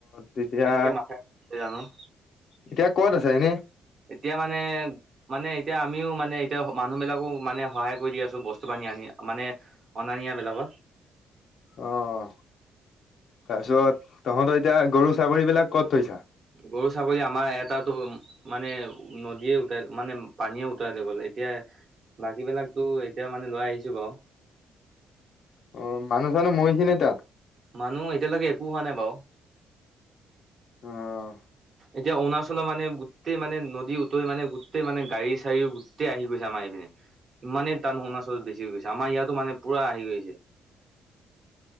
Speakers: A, on the left (about 65°); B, on the right (about 45°).
A: তেতিয়া
B: কেনেকে মাথাউৰি জানো।
A: এতিয়া ক'ত আছে এনে?
B: এতিয়া মানে। মানে এতিয়া আমিও মানে এতিয়া মানুহ বিলাকো মানে সহায় কৰি দি আছো বস্তু বাহিনী আনি মানে অনা নিয়া বিলাকত।
A: অ', তাৰপিছত তহঁতৰ এতিয়া গৰু ছাগলী বিলাক ক'ত থৈছা?
B: গৰু, ছাগলী আমাৰ এটাতো মানে নদীয়ে উতাই মানে পানীয়ে উতাই লৈ গ'ল। এতিয়া বাকী বিলাকতো এতিয়া মানে লৈ আহিছো বাৰু।
A: অ', মানু্হ চানুহ মৰিছে নি তাত?
B: মানুহ এতিয়ালৈকে একো হোৱা নাই বাৰু।
A: অ'
B: এতিয়া অৰুণাচলৰ মানে গোটেই মানে নদী উতৈ মানে গোটেই মানে গাড়ী চাৰিও গোটেই আহি গৈছে আমাৰ এই পিনে। ইমানেই টান অৰুণাচত বেছি হৈ গৈছে, আমাৰ ইয়াতো মানে পোৰা আহি গৈছে।